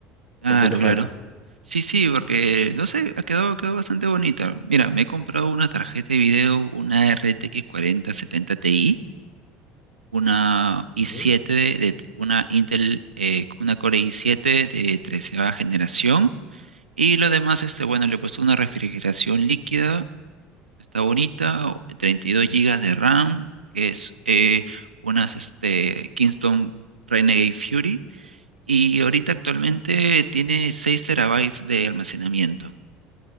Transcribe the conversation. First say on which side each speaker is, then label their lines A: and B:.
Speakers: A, on the right; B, on the left.
A: Claro,
B: o qué te falta.
A: claro. Sí, sí, porque no sé, ha quedado, ha quedado bastante bonita. Mira, me he comprado una tarjeta de video, una RTX 4070 Ti. una i7
B: Ujú.
A: de, de- una Intel, eh, una Core i7 de 13 generación. Y lo demás, este, bueno, le he puesto una refrigeración líquida, está bonita, o- 32 gigas de RAM, que es eh, unas este, Kingston Renegade Fury. Y ahorita actualmente tiene 6 terabytes de almacenamiento.